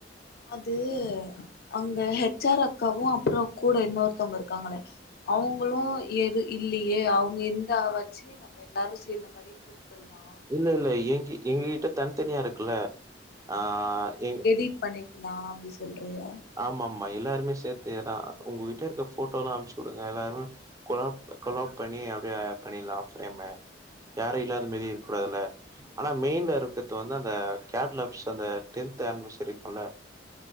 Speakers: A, on the left; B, on the right.
A: அது அங்க ஹெச் ஆர் அக்காவு அப்புற கூட இன்னொருத்தவங்க இருக்காங்கள அவுங்களு எது இல்லியே அவுங்க இருந்தா வாச்சு நம்ம எல்லாரு சேர்ந்த மாரி குடுத்தர்லா
B: இல்ல இல்ல எங்க எங்க கிட்ட தனித்தனியா இருக்குல்ல ஆ எங்
A: இப் பணி லாம் அப்டி சொல்றீயா
B: ஆமா ஆமா எல்லாருமே சேர்த்து எதா உங்ககிட்ட இருக்க போட்டோ எல்லா அனுச்சு விடுங்க எல்லாருமே கொலாப் கொலாப் பண்ணி அப்டியே பண்ணிர்லாம் ஃப்ரேமு யாரு இல்லாத மாரி இருக்க கூடாதுல்ல ஆனா மெயின்ல இருக்கிறது வந்து அந்த கேட்லப்ஸ் அந்த டென்த் ஆனிவர்சரில இருக்குல